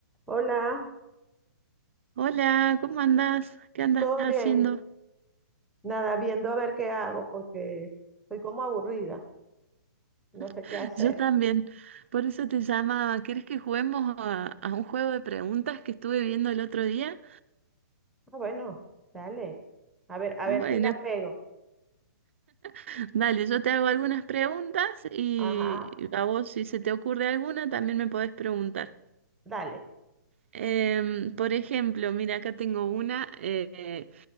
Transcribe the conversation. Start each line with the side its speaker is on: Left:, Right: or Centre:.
Centre: Hola,
Right: Hola, ¿cómo andás? ¿Qué andas
Centre: ¿todo
Right: haciendo?
Centre: bien? Nada, viendo a ver qué hago porque estoy como aburrida, no sé
Right: <laughs>
Centre: qué hacer.
Right: Yo también. Por eso te llamaba. ¿Quieres que juguemos a, a un juego de preguntas que estuve viendo el otro día?
Centre: Ah, bueno, dale. A ver, a
Right: Bueno,
Centre: ver si la pego.
Right: <laughs> dale, yo te hago algunas preguntas y
Centre: Ajá,
Right: a vos, si se te ocurre alguna, también me podés preguntar.
Centre: dale.
Right: Em, por ejemplo, mira, acá tengo una. eh,